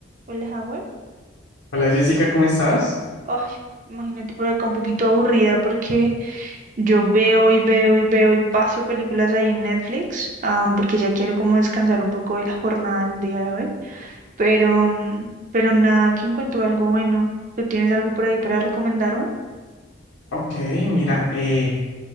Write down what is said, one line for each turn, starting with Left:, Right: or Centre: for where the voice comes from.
Right: Hola, Howard.
Left: Hola Jessica, ¿cómo estás?
Right: Ay, imagínate por acá un poquito aburrida porque yo veo y veo y veo y paso películas ahí en Netflix, ah, porque ya quiero como descansar un poco de la jornada del día de hoy. Pero, mm, pero nada, que encuentro algo bueno. ¿Tú tienes algo por ahí para recomendarme?
Left: Ok, mira, eh,